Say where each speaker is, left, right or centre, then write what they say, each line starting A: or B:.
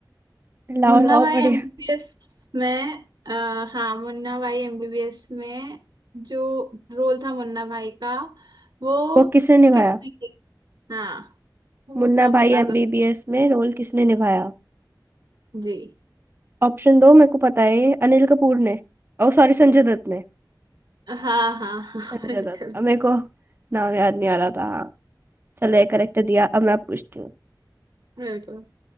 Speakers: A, on the right; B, on the right.
A: लाओ
B: मुन्ना
A: लाओ
B: भाई
A: बढ़िया
B: एमबीबीएस में अ, हाँ मुन्ना भाई एमबीबीएस में जो रोल था मुन्ना भाई का वो
A: वो किसने निभाया
B: किसने किया? हाँ वो
A: मुन्ना
B: बता बता
A: भाई एमबीबीएस
B: दो
A: में रोल किसने निभाया
B: जी
A: ऑप्शन दो मेरे को पता है ये अनिल कपूर ने ओ सॉरी संजय दत्त ने
B: हाँ हाँ हाँ
A: संजय
B: <laughs> बिल्कुल
A: दत्त अब मेरे को नाम याद नहीं आ रहा था हाँ चलो ये करेक्ट दिया अब मैं पूछती हूँ
B: बिल्कुल